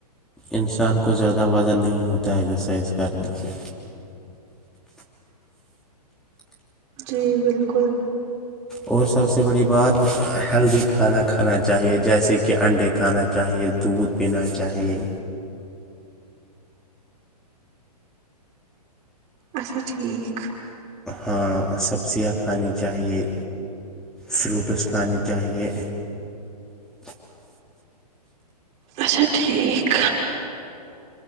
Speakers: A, in the centre; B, on the right (about 30°).
A: انسان کو زیادہ وزن نہیں ہوتا ایکزرسائز کرنے سے
B: جی بالکل
A: اور سب سے بڑی بات ہیلدی کھانا کھانا چاہیے جیسے کہ انڈے کھانا چاہیے دودھ پینا چاہیے
B: اچھا ٹھیک
A: ہاں سبزیاں کھانی چاہیے فروٹس کھانے چاہیے
B: اچھا ٹھیک